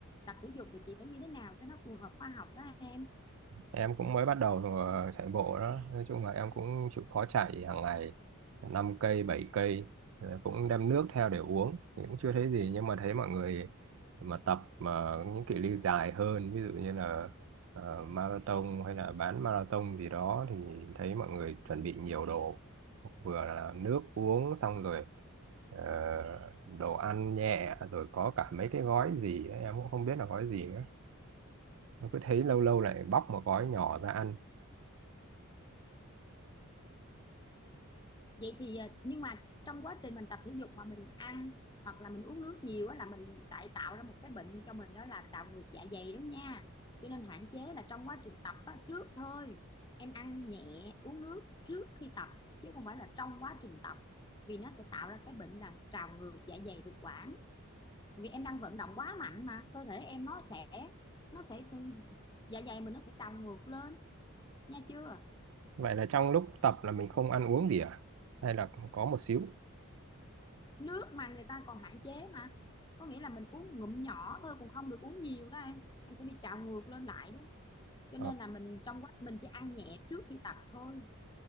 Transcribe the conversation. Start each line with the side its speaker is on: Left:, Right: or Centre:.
Left: tập thể dục thì chị phải như thế nào cho nó phù hợp khoa học đó em
Right: em cũng mới bắt đầu ờ, chạy bộ đó nói chung là em cũng chịu khó chạy hàng ngày 5 cây 7 cây Rồi cũng đem nước theo để uống thì cũng chưa thấy gì nhưng mà thấy mọi người mà tập mà những cự ly dài hơn ví dụ như là ờ, marathon hay là bán marathon gì đó thì thấy mọi người chuẩn bị nhiều đồ vừa là nước uống xong rồi ờ, đồ ăn nhẹ rồi có cả mấy cái gói gì ấy, em cũng không biết là gói gì nữa em cứ thấy lâu lâu lại bóc một gói nhỏ ra ăn
Left: vậy thì à, nhưng mà trong quá trình mình tập thể dục mà mình ăn hoặc là mình uống nước nhiều á là mình lại tạo ra một cái bệnh cho mình đó là trào ngược dạ dày đó nha cho nên hạn chế là trong quá trình tập á, trước thôi em ăn nhẹ uống nước trước khi tập chứ không phải là trong quá trình tập vì nó sẽ tạo ra cái bệnh là trào ngược dạ dày thực quản vì em đang vận động quá mạnh mà cơ thể em nó sẽ nó sẽ, sẽ dạ dày mình nó sẽ trào ngược lên nha chưa
Right: Vậy là trong lúc tập là mình không ăn uống gì à? Hay là có một xíu?
Left: nước mà người ta còn hạn chế mà có nghĩa là mình uống ngụm nhỏ thôi cũng không được uống nhiều đó em em sẽ bị trào ngược lên lại đó cho
Right: Ờ,
Left: nên là mình trong quá mình chỉ ăn nhẹ trước khi tập thôi